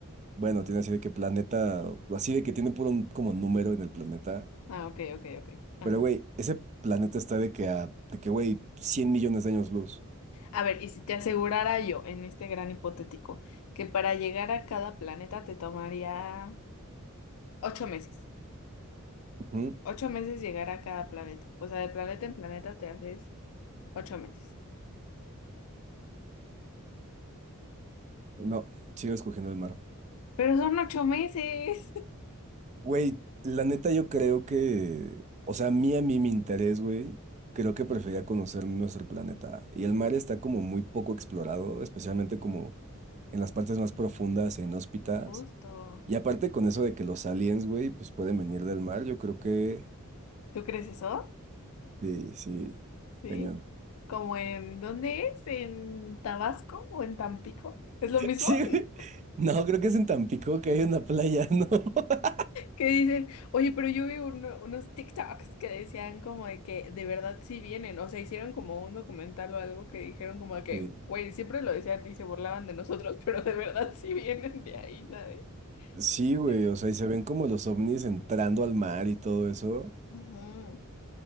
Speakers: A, on the right (about 35°); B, on the left (about 70°).
A: Bueno, tiene así de que planeta, así de que tiene puro un- como número en el planeta.
B: Ah, ok, ok, ok. Ajá.
A: Pero, güey, ese planeta está de que a, de que, güey, 100 millones de años luz.
B: A ver, y si te asegurara yo, en este gran hipotético, que para llegar a cada planeta te tomaría ocho meses.
A: Ujú.
B: Ocho meses llegar a cada planeta. O sea, de planeta en planeta te haces ocho meses.
A: No, sigo escogiendo el mar.
B: Pero son ocho meses.
A: Güey, la neta yo creo que, o sea, a mí, a mí, mi interés, güey, creo que prefería conocer nuestro planeta. Y el mar está como muy poco explorado, especialmente como en las partes más profundas e inhóspitas.
B: <laughs> Justo.
A: Y aparte con eso de que los aliens, güey, pues pueden venir del mar, yo creo que,
B: ¿Tú crees eso?
A: sí, sí,
B: Sí.
A: cañón. <laughs>
B: ¿Como en dónde es? ¿En Tabasco o en Tampico? ¿Es lo mismo?
A: Sí,
B: <laughs>
A: güey. No, creo que es en Tampico que hay una playa, ¿no? <laughs>
B: Que dicen, oye, pero yo vi uno- unos TikToks que decían como de que de verdad sí vienen. O sea, hicieron como un documental o algo que dijeron como de que,
A: Sí.
B: güey, siempre lo decían y se burlaban de nosotros, <laughs> pero de verdad sí vienen de ahí, ¿sabes?
A: Sí, güey,
B: De que...
A: o sea, y se ven como los ovnis entrando al mar y todo eso.
B: Ujú.